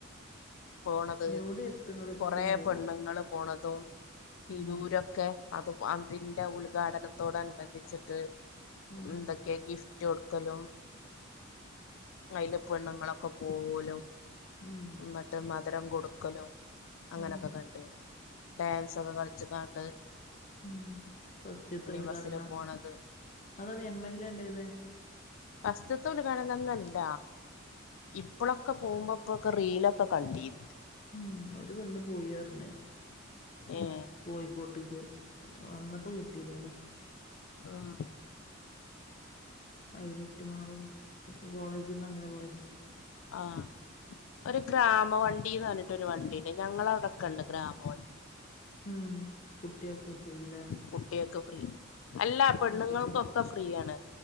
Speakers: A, on the left; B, on the left.
A: പോണത്
B: എവിടെ എത്തണ അവിടെ എറ്റും
A: കൊറെ
B: പോവാ
A: പെണ്ണുങ്ങളും പോണതും തിരൂരൊക്കെ
B: ഉം
A: അതും അതിന്റെ ഉദ്ഘാടനത്തോട്നുബന്ധിച്ചിട്ട്
B: ആഹ്
A: എന്തൊക്കേ ഗിഫ്റ്റ് ഗിഫ്റ്റ് കൊടുക്കലും അയിൽ പെണ്ണുങ്ങളൊക്കെ പോവലും
B: ഉം
A: ന്നട്ട് മധുരം കൊടുക്കലും അങ്ങനെ
B: ആഹ്
A: ഒക്കെ കണ്ടീനി ഡാൻസ് ഒക്കെ കളിച്ച്ക്കാണ്ട്
B: ഉം ഫസ്റ്റ്ത്തേഉദ്ഘാടനം
A: ബസ്സില് പോണത്
B: അതാണ് എം എൽ എ ഉണ്ടായീന്നെ
A: ഫാസ്റ്റ് ത്തെ ഉദ്ഘാടനംന്നല്ല ഇപ്പളൊക്കെ പോകുമ്പോപ്പോ റീലൊക്കെ കണ്ടീലേ
B: ഉം ഒരു പെണ്ണ് പോയി അറ്ഞ്ഞ്
A: ഏഹ്
B: കോയിക്കോട്ട്ക്ക് വന്നപ്പോ കിട്ടില്ലേല്ലോ
A: ആഹ്
B: ഹൈലറ്റു മാളും കോളേജിന്ന് അങ്ങനെ പോയത്
A: ആഹ് ഒരു ഗ്രാമ വണ്ടീന്ന് പറഞ്ഞിട്ട് ഒരു വണ്ടിണ്ട് ഞങ്ങളൗടൊക്കെ ഉണ്ട് ഗ്രാമ വണ്ടി
B: ഉം കുട്ടിയാക് ഫ്രീ ല്ലേ
A: കുട്ട്യാക് ഫ്രീ അല്ല പെണ്ണുങ്ങൾക്കൊക്കെ
B: കുട്ട്യാ
A: ഫ്രീയാണ്